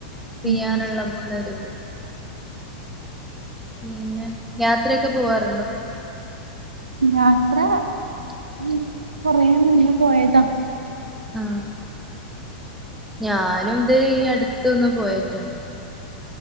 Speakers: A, in the centre; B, on the right.
A: പെയ്യാന്നുള്ള
B: ഉം ഉം
A: പോലൊരുഇത് പിന്നെ യാത്രയൊക്കെ പോവാറുണ്ടോ
B: യാത്ര ഉം കൊറേ മുന്നേ പോയതാ
A: ആ ഞാനും ദേ ഈ അടു ഇത്തോന്ന് പോയിട്ട്ണ്ട്